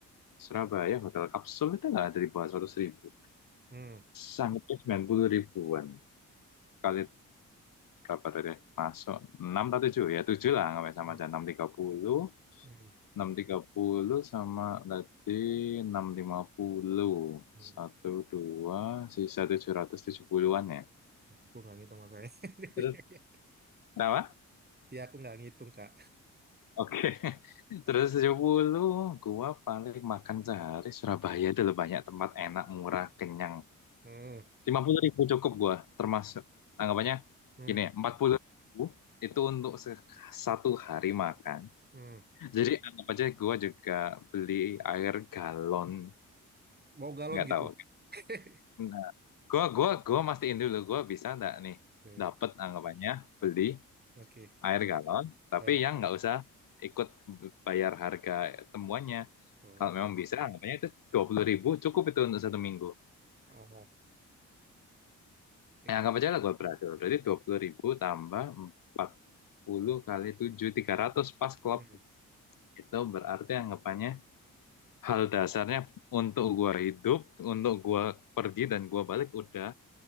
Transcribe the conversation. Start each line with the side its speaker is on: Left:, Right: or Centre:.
Left: Surabaya hotel kapsul itu nggak ada di bawah 100 ribu.
Right: hmm,
Left: Sangatnya 90 ribuan. Kali berapa tadi? Masuk 6 atau 7 ya 7 lah nggak sama
Right: hmm,
Left: aja 630
Right: hmm,
Left: 630 sama tadi 650
Right: hmm.
Left: 1, 2, sisa 770-an ya.
Right: Aku nggak ngitung masalahnya.
Left: Terus
Right: <laughs>
Left: apa?
Right: Ya aku nggak ngitung Kak.
Left: Oke, <laughs> terus 70 gua paling makan sehari Surabaya itu loh banyak tempat enak, murah, kenyang.
Right: Hmm,
Left: 50 ribu cukup gua termasuk anggapannya
Right: hmm,
Left: gini ya, 40 ribu itu untuk se- satu hari makan.
Right: hmm.
Left: Jadi anggap aja gua juga beli air galon,
Right: Mau galon
Left: nggak
Right: gitu.
Left: tahu.
Right: <laughs>
Left: Nah, gua gua gua mastiin dulu gua bisa nggak nih
Right: Eh,
Left: dapat anggapannya beli
Right: Oke.
Left: air galon, tapi
Right: Eh,
Left: yang nggak usah ikut bayar harga temuannya.
Right: Oh,
Left: Kalau memang bisa, anggapannya itu dua puluh ribu cukup itu untuk satu minggu.
Right: oh, oke.
Left: Ya, anggap aja lah gue berhasil. Berarti dua puluh ribu tambah empat puluh kali tujuh tiga ratus. pas klub.
Right: Hmm,
Left: Itu berarti anggapannya hal dasarnya untuk gue hidup, untuk gue pergi dan gue balik udah